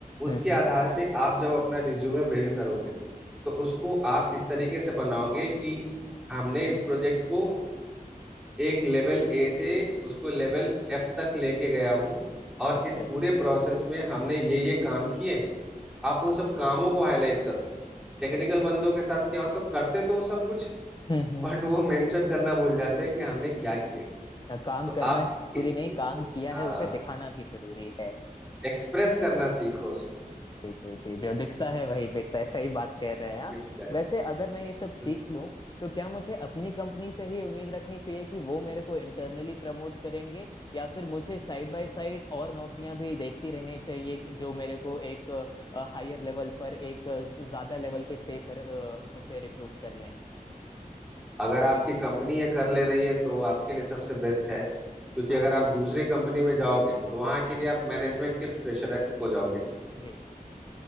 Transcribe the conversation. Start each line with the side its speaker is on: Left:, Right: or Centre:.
Centre: उसके
Left: हम्म
Centre: आधार
Left: हम्म,
Centre: पे आप जब अपना रिज्यूमे बिल्ड करोगे तो उसको आप इस तरीके से बनाओगे कि हमने इस प्रोजेक्ट को एक लेवल ए से उसको लेवल एफ तक लेके गया हूँ और
Left: अच्छा
Centre: इस पूरे प्रोसेस में हमने ये ये काम किए हैं आप उन सब कामों को हाईलाइट करो टेक्निकल बंदों के साथ क्या होता तो करते तो वो सब कुछ
Left: हम्म हम्म
Centre: बट वो मेंशन करना भूल जाते हैं कि हमने क्या किया
Left: हाँ, काम
Centre: तो
Left: करना
Centre: आप
Left: जरूरी
Centre: इस
Left: नहीं
Centre: चीज
Left: काम
Centre: को
Left: किया
Centre: हाँ
Left: है उसे दिखाना भी जरूरी है
Centre: एक्सप्रेस करना सीखो उसको
Left: जी जी जी जो दिखता है वही बिकता है सही बात कह रहे हैं आप
Centre: भी क्या
Left: वैसे अगर मैं ये सब सीख
Centre: है।
Left: लूं तो क्या मुझे अपनी कंपनी से ही उम्मीद रखनी चाहिए कि वो मेरे को इंटरनली प्रमोट करेंगे या फिर मुझे साइड बाय साइड और नौकरियां भी देखती रहनी चाहिए कि जो मेरे को एक हायर लेवल पर एक अ, ज्यादा लेवल के पे पर अ, मुझे रिक्रूट कर लें
Centre: अगर आपकी कंपनी ये कर ले रही है तो आपके लिए सबसे बेस्ट है क्योंकि
Left: हाँ
Centre: अगर आप
Left: हाँ
Centre: दूसरे कंपनी में जाओगे तो वहां के लिए आप मैनेजमेंट के फ्रेशर हो जाओगे
Left: जी जी